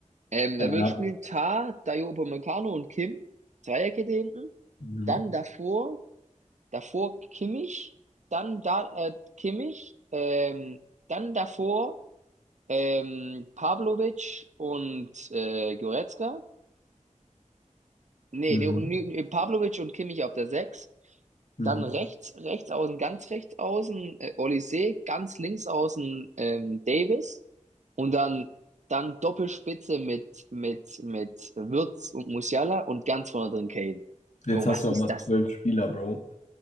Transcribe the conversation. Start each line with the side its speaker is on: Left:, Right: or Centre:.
Right: ähm,
Left: aber
Right: dann würde
Left: er
Right: ich
Left: hat.
Right: spielen Tah, Dayo Upamecano und Kim. Dreierkette hinten.
Left: Mhm.
Right: Dann davor, davor Kimmich. Dann da äh, Kimmich. Ähm, dann davor. Ähm, Pavlovic und äh, Goretzka. Nee,
Left: Mhm.
Right: nee, und- nee, Pavlovic und Kimmich auf der sechs,
Left: Mhm.
Right: Dann rechts, rechts außen, ganz rechts außen, äh, Olise, ganz links außen, ähm, Davis. Und dann, dann Doppelspitze mit, mit, mit Wirtz und Musiala und ganz vorne drin Kane.
Left: Jetzt
Right: Bro,
Left: hast
Right: was
Left: du
Right: ist
Left: aber
Right: das?
Left: zwölf Spieler, Bro.